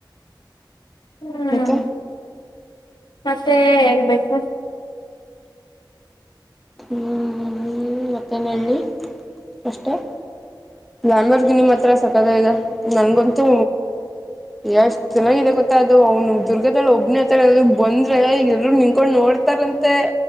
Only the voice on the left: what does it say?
ಹ್ಮ್
ಮತ್ತೆ ಹೇಳ್ಬೇಕು.